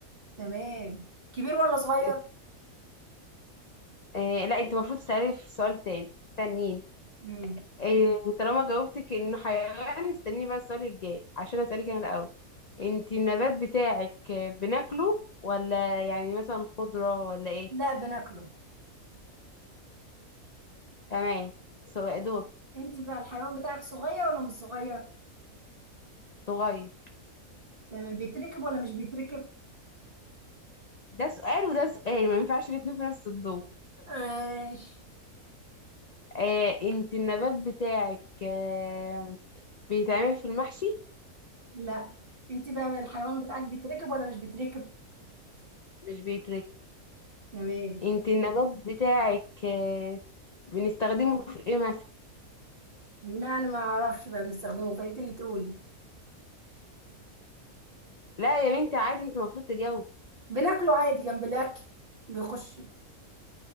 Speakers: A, on the right; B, on the left.
A: تمام كبير ولا صغير
B: ات- آه، لا انت المفروض تسألي في سؤال تاني تانيين
A: امم
B: آه، طالما جاوبتك انه حيوان استني بقى السؤال الجاي عشان اسألك انا الاول انت النبات بتاعك آه، بناكله ولا يعني مثلا خضرة ولا ايه
A: لا بناكله
B: تمام سؤال دور
A: انتي بقى الحيوان بتاعك صغير ولا مش صغير
B: صغير
A: تمام بيتركب ولا مش بيتركب
B: ده سؤال وده سؤال ما ينفعش الاتنين في نفس الدور
A: ماشي
B: آه، انت النبات بتاعك آه، بيتعمل في المحشي
A: لا انتي بقى الحيوان بتاعك بيتركب ولا مش بيتركب
B: مش بيتركن
A: تمام
B: انت النبات بتاعك آه، بنستخدمه في ايه مثلا
A: لا انا ما اعرفش بقى بنستخدمه فانت اللي تقولي
B: لا يا بنتي عادي انت المفروض تجاوب
A: بناكله عادي جنب الاكل بيخش